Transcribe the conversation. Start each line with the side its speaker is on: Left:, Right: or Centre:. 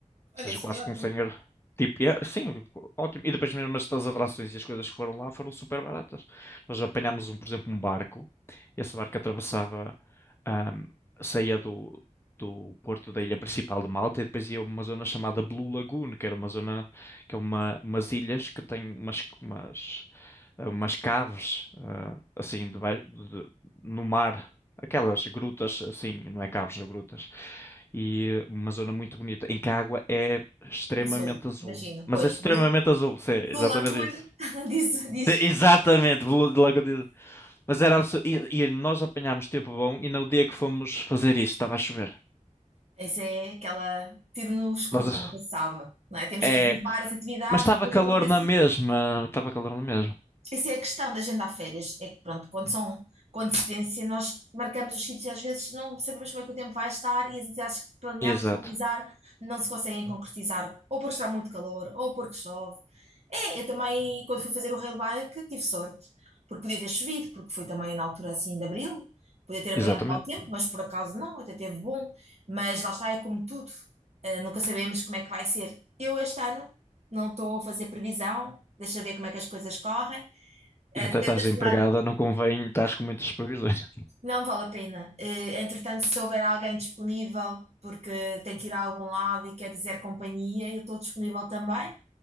Right: Olha,
Left: seja,
Right: isso
Left: quase
Right: foi ótimo.
Left: com um senhor. Tipo, é sim, ótimo. E depois mesmo as das atrações e as coisas que foram lá foram super baratas. Nós apanhámos um, por exemplo, um barco. Esse barco atravessava, ahm, saía do, do porto da ilha principal de Malta e depois ia a uma zona chamada Blue Lagoon, que era uma zona, que é uma, umas ilhas que têm umas, umas, ah, umas caves, ah, assim, deba- de- no mar aquelas grutas, assim, não é caves, não grutas. E eh, uma zona muito bonita, em que a água é extremamente
Right: azul,
Left: azul.
Right: imagino.
Left: Mas
Right: Pois,
Left: é extremamente
Right: blue
Left: azul, sim,
Right: do
Left: exatamente
Right: Laguna,
Left: isso.
Right: <laughs> diz, diz,
Left: Sim, exatamente, blu- de logo diz. Mas era absurdo. E, e nós apanhámos tempo bom e no dia que fomos fazer isso estava a chover.
Right: Essa é aquela tiro no escuro,
Left: Nós,
Right: nunca se salva, não é? Temos
Left: é,
Right: que reservar as atividades,
Left: mas estava
Right: depois
Left: calor
Right: acontece
Left: na mesma, estava calor na mesma.
Right: Essa é a questão da agenda a férias. É que, pronto, quando são com antecedência, nós marcamos os sítios e às vezes não sabemos como é que o tempo vai estar e as atividades que planeámos
Left: Exato,
Right: realizar não se conseguem concretizar, ou porque está muito calor, ou porque chove. É, eu também, quando fui fazer o rail bike, tive sorte, porque podia ter chovido, porque foi também na altura assim de abril, podia ter apanhado
Left: exatamente.
Right: mau tempo, mas por acaso não, até teve bom. Mas lá está, é como tudo, eh, nunca sabemos como é que vai ser. Eu este ano não estou a fazer previsão, deixa ver como é que as coisas correm. É,
Left: E até
Right: tenta
Left: estás
Right: esse
Left: desempregada,
Right: lado.
Left: não convém, estás com muitas previsões.
Right: Não vale a pena. Eh, Entretanto, se houver alguém disponível, porque tem que ir a algum lado e quer dizer companhia, eu estou disponível também,